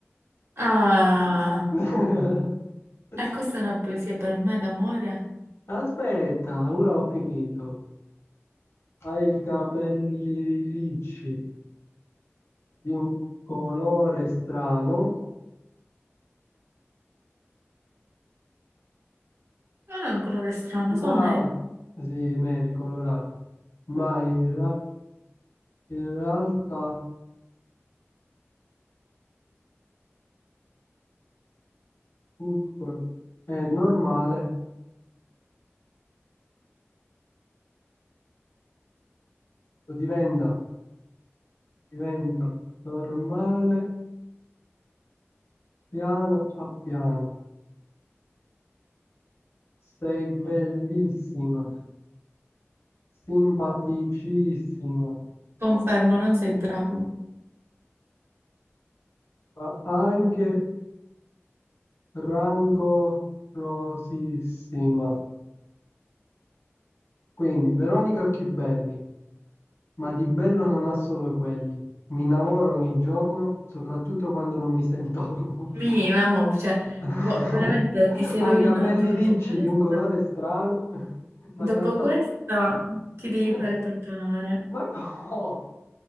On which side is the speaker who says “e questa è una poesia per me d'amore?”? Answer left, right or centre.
Right